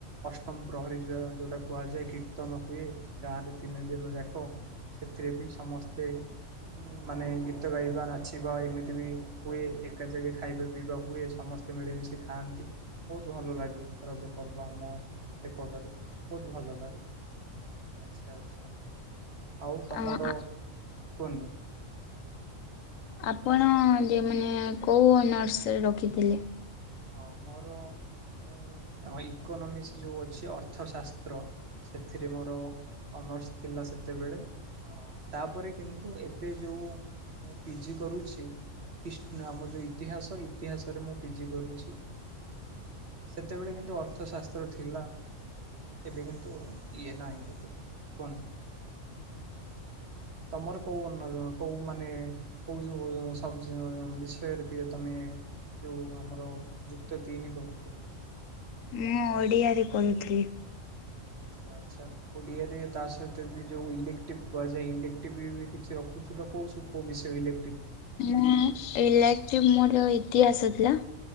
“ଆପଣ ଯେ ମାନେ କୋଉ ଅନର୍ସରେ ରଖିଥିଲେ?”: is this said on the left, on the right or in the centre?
Left